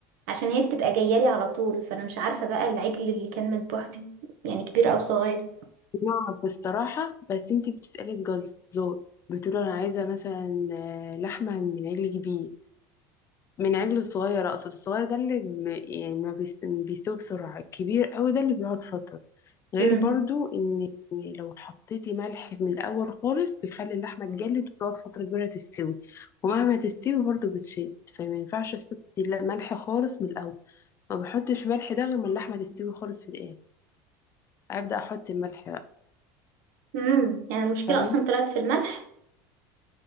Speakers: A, on the right; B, on the left.
A: عشان هي بتبقى جاية لي على طول فانا مش عارفة بقى العجل اللي كان مذبوح بيه، يعني كبير او صغير
B: نعرف الصراحة بس انتي بتسألي الجزار بتقول انا عايزة مثلا آه، لحمة من عجل كبير من عجل صغير اقصد الصغير ده اللي م- يعني ما بيس- بيستوي بسرعة الكبير قوي ده اللي بيقعد فترة غير
A: امم
B: برضو ان لو حطيتي ملح من الاول خالص بيخلي اللحمة تجلد وتقعد فترة كبيرة تستوي ومهما تستوي برضو بتشد فما ينفعش تحطي لا- ملح خالص من الاول ما بحطش ملح ده غير ما اللحمة تستوي خالص في الاخر ابدأ احط الملح بقى
A: امم يعني المشكلة
B: فاهمة
A: اصلا طلعت في الملح